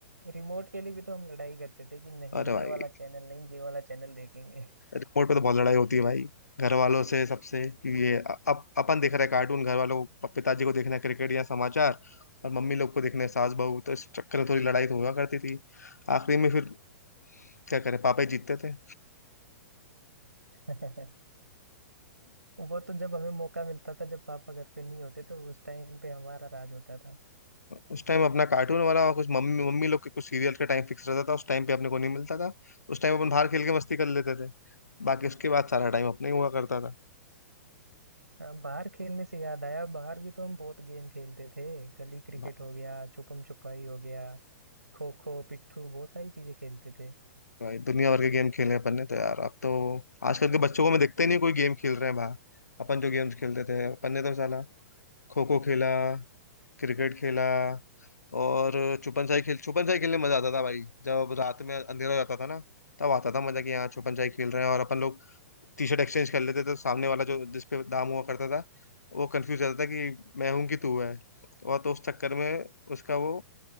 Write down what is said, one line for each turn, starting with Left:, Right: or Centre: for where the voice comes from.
Right: रिमोट के लिए भी तो हम लड़ाई करते थे कि नहीं
Left: अरे भाई
Right: ये वाला चैनल नहीं ये वाला चैनल देखेंगे
Left: रिमोट पे तो बहुत लड़ाई होती है भाई घर वालों से सबसे कि ये अ- अप, अपन देख रहे हैं कार्टून घर वालों को पिताजी को देखना है क्रिकेट या समाचार और मम्मी लोग को देखना है सास बहू तो इस चक्कर में थोड़ी लड़ाई तो हुआ करती थी आखिरी में फिर क्या करें पापा ही जीतते थे
Right: <laughs> वो तो जब हमें मौका मिलता था जब पापा घर पे नहीं होते तो उस टाइम पे हमारा राज होता था
Left: उस टाइम अपना कार्टून वाला और कुछ मम्मी मम्मी लोग के कुछ सीरियल का टाइम फिक्स रहता था उस टाइम पे अपने को नहीं मिलता था तो उस टाइम अपन बाहर खेल के मस्ती कर लेते थे बाकी उसके बाद सारा टाइम अपने ही हुआ करता
Right: हाँ, बाहर खेलने से याद आया बाहर भी तो हम बहुत गेम खेलते थे गली क्रिकेट
Left: था
Right: हो गया छुपम छुपाई हो गया खो खो पिट्ठू बहुत सारी चीजें खेलते थे
Left: भाई दुनिया भर के गेम खेले हैं अपन ने तो यार अब तो आजकल के बच्चों को मैं देखता ही नहीं कोई गेम खेल रहे हैं बाहर अपन जो गेम्स खेलते थे अपन ने तो साला खो खो खेला क्रिकेट खेला और छुपन छाई खेल छुपन छाई खेलने में मजा आता था भाई जब रात में अंधेरा हो जाता था ना तब आता था मजा कि यहाँ छुपन छाई खेल रहे हैं और अपन लोग टी शर्ट एक्सचेंज कर लेते थे तो सामने वाला जो जिस पे दाम हुआ करता था वो कंफ्यूज रहता था कि मैं हूं कि तू है और तो उस चक्कर में उसका वो